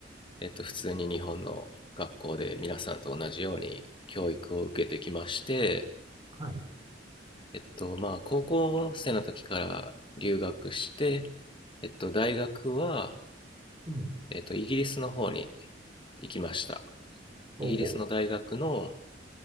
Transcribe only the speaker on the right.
はい。
うん、
ほうほ